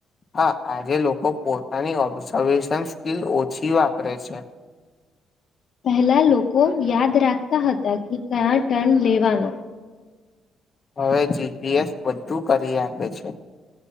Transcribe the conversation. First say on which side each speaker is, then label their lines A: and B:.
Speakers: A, on the left; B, on the left.
A: હા આજે લોકો પોતાની ઓબ્ઝર્વેશન સ્કીિલ ઓછી વાપરે છે
B: પહેલા લોકો યાદ રાખતા હતા કે કયા ટર્ન લેવાનો
A: હવે જીપીએસ બધું કરી આપે છે